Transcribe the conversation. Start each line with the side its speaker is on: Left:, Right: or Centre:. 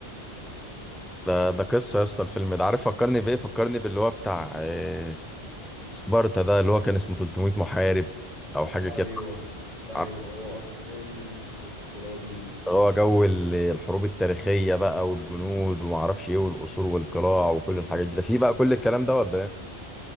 Centre: ده ده قصة يا اسطى الفيلم ده عارف فكرني بإيه فكرني باللي هو بتاع آه، سبارتا ده اللي هو كان اسمه 300 محارب أو حاجة
Left: ايوه
Centre: كده
Left: ايوه
Centre: عارف
Left: هو قريب منه بالظبط قريب منه
Centre: اللي هو جو ال- الحروب التاريخية بقى والجنود ومعرفش إيه والقصور والقلاع وكل الحاجات دي ده فيه بقى كل الكلام ده ولا إيه؟